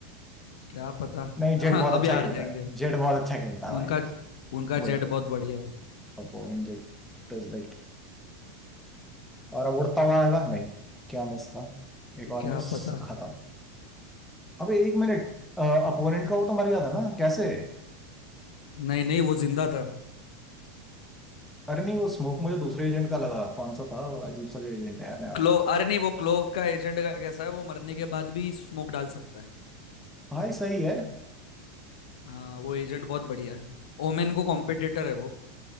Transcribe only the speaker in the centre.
नहीं जेड
बहुत
अच्छा
खेलता
है जेड बहुत अच्छा खेलता है भाई
वो एक
अपोनेंट जेड इज लाइक और अब उड़ता हुआ आएगा नहीं क्या मिस था एक और
मिस
खत्म अबे एक मिनट अपोनेंट का वो तो मर गया था ना कैसे
अरे नहीं वो स्मोक मुझे दूसरे एजेंट का लगा कौन सा था वो अजीब सा जो एजेंट है नया वाला
भाई सही है